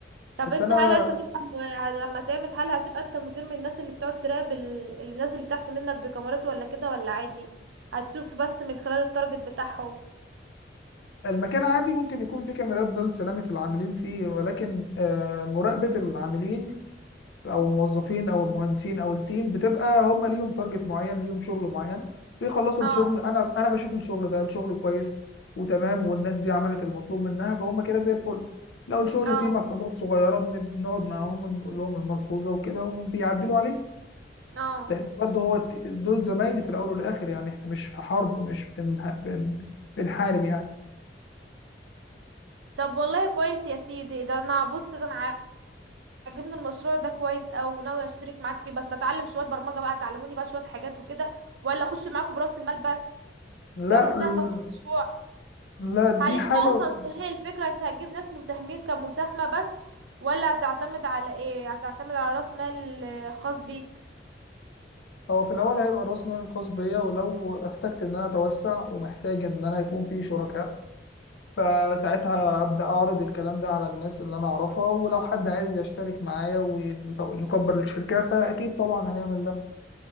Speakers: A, on the right; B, on the left.
A: طب
B: بس
A: انت
B: أنا
A: هل انت تبقى م... ه- لما تعمل هل هتبقى انت مدير من الناس اللي بتقعد تراقب ال- الناس اللي تحت منك بكاميرات ولا كده ولا عادي هتشوف بس من خلال التارجت بتاعهم
B: المكان عادي ممكن يكون فيه كاميرات ده لسلامة العاملين فيه ولكن آه، مراقبة العاملين أو الموظفين أو المهندسين أو التيم بتبقى هم ليهم تارجت معين ليهم شغل معين بيخلصوا
A: اه
B: الشغل أنا أنا بشوف الشغل ده الشغل كويس وتمام والناس دي عملت المطلوب منها فهم كده زي الفل لو الشغل
A: اه
B: فيه ملحوظات صغيرة بن- بنقعد معاهم ونقول لهم الملحوظة وكده وبيعدلوا عليها
A: اه
B: لان برضه هو الت- دول زمايلي في الاول والاخر يعني احنا مش في حرب مش بنه... بن... بنحارب يعني
A: طب والله كويس يا سيدي ده انا بص ده انا عجبني المشروع ده كويس او ناوي اشترك معاك فيه بس اتعلم شويه برمجه بقى تعلموني بقى شويه حاجات وكده ولا اخش معاكم براس المال بس
B: لا
A: كمساهمه
B: ال-
A: في المشروع
B: لا دي
A: هل انت
B: حاجه
A: اصلا صحيح الفكره انت هتجيب ناس مساهمين كمساهمه بس ولا هتعتمد على ايه هتعتمد على راس مال آه، خاص بيك
B: هو في الاول هيبقى راس مالي الخاص بيا ولو احتجت ان انا اتوسع ومحتاج ان انا يكون في شركاء فساعتها ابدا اعرض الكلام ده على الناس اللي انا اعرفها ولو حد عايز يشترك معايا ونكبر الشركه فاكيد طبعا هنعمل ده